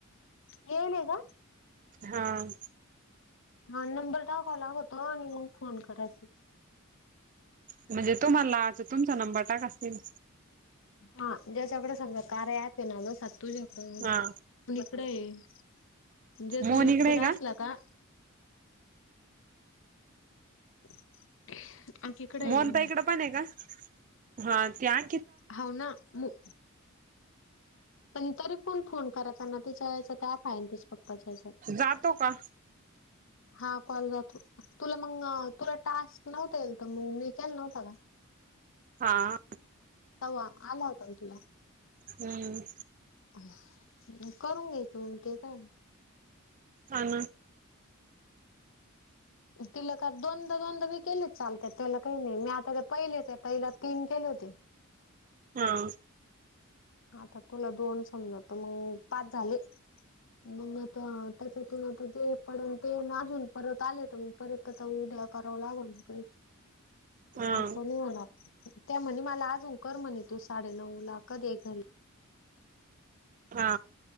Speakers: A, on the left; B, on the right.
A: येयीनगा-
B: हां-
A: हां नंबर टिकाव लागतं आणि मगं फोन करायचं.
B: म्हणजे तुम्हालाचं तुमचां नंबर टाका असतील.
A: हां ज्याच्याकडे समजा कार्या अँपयेंग तुझाकडं
B: हा
A: <unintelligible> कडेयं ज्याचा
B: मोहन
A: नंबर
B: इकडे आहे
A: आसला का? <unintelligible> आमच्या इकडे
B: मोहनताईकड
A: आहे
B: पणी आहे का? हां त्यां-
A: होना मु पण तरीपण फोन करायचा ना तीच्या ह्याचा गॅप आहे न तिच्या पप्पाच्या हातात
B: जातो का?
A: हां कॉल जातो तुला मगं तुला टास्क नव्हता येईल तर मग मी केलं नव्हतां काय?
B: हां-
A: तव आला होता व्हय तुला?
B: हुं-
A: <inaudible> करून घ्यायंच मगं ते काय?
B: ाान
A: तिला का दोनदा दोनदा भी केले चालते त्याला काही नाही मी आता ते पहिले होते त्याला तीन केले होते.
B: हा
A: आता तुला दोन समजा तर मग पाच झाले. मग आता त्याच्यातून आता जे पडल ते अजून परत आले मग परत त्याचा उद्या करावं लागल न काही
B: हा
A: आता नाही होणार त्या म्हणल्या मला अजून कर म्हणल्या साडे नऊ ला कधी एक घाली.
B: हा